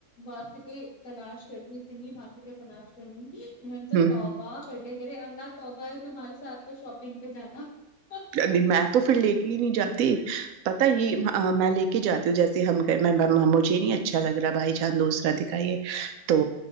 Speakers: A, on the left; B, on the right.
A: مارکیٹیں <unintelligible> تلاش کرنی اتنی مارکیٹیں تلاش کرنی <unintelligible> ان نے تو
B: ہ ہ
A: تابا پہلے <unintelligible> اے اللہ توبہ ہے تمہارے ساتھ تو شاپنگ پہ جانا <unintelligible>
B: کہنی میں تو پھر لے کے ہی نہیں جاتی پتا یہ میں لے کے جاتا <unintelligible> جیسے مجھے نہیں اچھا لگ رہا بھائی جان دوسرا دکھائیے تو